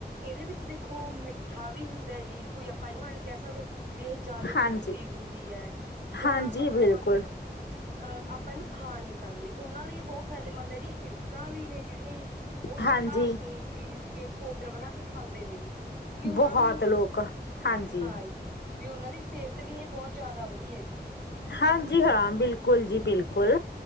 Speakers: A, on the right; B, on the left.
A: ਏਦੇ ਵਿੱਚ ਦੇਖੋ ਮਿੱਠਾ ਵੀ ਹੁੰਦਾ ਜੀ ਕੋਈ ਆਪਾਂ ਏਨੂੰ ਐ ਨੀ ਕੈ ਸਕਦੇ, ਵੀ ਏਹ ਜਾਦੇ
B: ਹਾਂਜੀ
A: ਖੱਟੀ ਹੁੰਦੀ ਐ, ਜਾਂ
B: ਹਾਂਜੀ
A: ਮਤਲਬ
B: ਬਿਲਕੁਲ
A: ਆਪਾਂ ਕਈਏ ਅ, ਆਪਾਂ ਏਨੂੰ ਖਾ ਨੀ ਸਕਦੇ, ਓਨਾਂ ਲਈ ਏ ਬੋਤ ਫੈਦੇਮੰਦ ਐ ਜੀ, ਹਿੜ, ਹਿੜਕਾਂ ਵੀ ਨੇ ਜਿੜੀਆਂ ਯੀ ਓ ਸਕਾ
B: ਹਾਂਜੀ
A: ਕੇ, ਪੀਸ ਕੇ, ਪੋਡਰ ਬਣਾ ਕੇ ਖਾਂਦੇ ਨੇ ਯੀ ਕਿ ਓਨਾ
B: ਬਹੁਤ
A: ਨੂੰ,
B: ਲੋਕ ਹਾਂਜੀ
A: ਹਾਈ। ਵੀ ਓਨਾਂ ਦੀ ਸੇਤ ਲਈ ਏ ਬੋਤ ਜਾਦਾ ਵਧੀਆ ਜੀ।
B: ਹਾਂਜੀ ਹਾਂ ਬਿਲਕੁਲ ਜੀ ਬਿਲਕੁਲ।